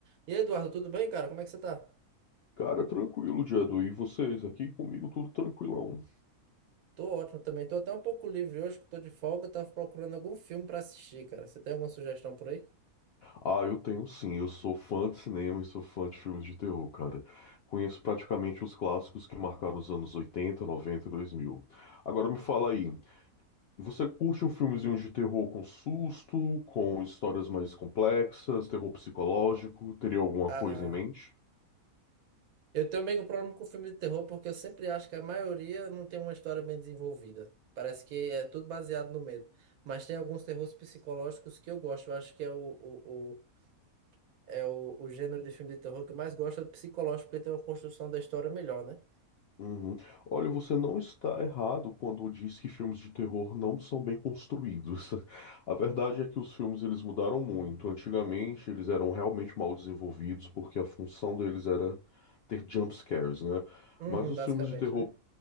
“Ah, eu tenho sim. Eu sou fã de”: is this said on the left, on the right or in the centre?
Left